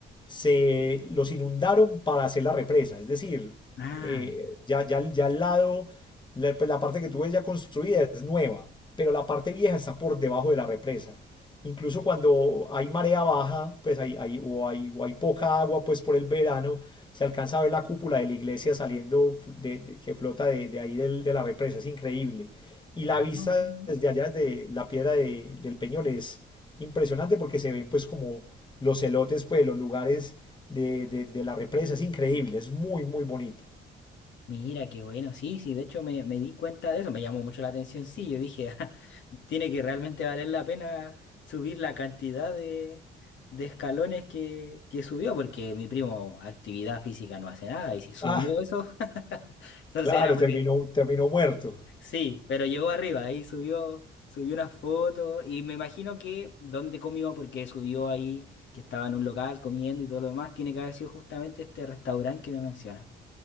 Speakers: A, on the left; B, on the left.
A: se los inundaron para hacer la represa, es decir,
B: ah,
A: eh,
B: ya,
A: ya, ya, ya al lado, la, pues, la parte que tú ves ya construida es nueva, pero la parte vieja está por debajo de la represa. Incluso cuando hay marea baja, pues hay, hay, o, hay, o hay poca agua pues por el verano, se alcanza a ver la cúpula de la iglesia saliendo de, de, que flota de, de ahí del, de la represa, es increíble. Y la
B: ah,
A: vista
B: mm,
A: desde allá, desde la piedra de del Peñol, es, impresionante porque se ven pues como los celotes, pues los lugares de, de, de la represa, es increíble, es muy, muy bonito.
B: Mira, qué bueno, sí, sí, de hecho me, me di cuenta de eso, me llamó mucho la atención, sí, yo dije, <laughs> "Ah, tiene que realmente valer la pena subir la cantidad de, de escalones que, que subió, porque mi primo actividad física no hace nada, y si subió
A: Ah,
B: eso, <laughs> entonces
A: claro,
B: era porque,
A: terminó, terminó muerto.
B: sí, pero llegó arriba, ahí subió, subió una foto, y me imagino que donde comió, porque subió ahí, que estaba en un local comiendo y todo lo demás, tiene que haber sido justamente este restaurante que me menciona.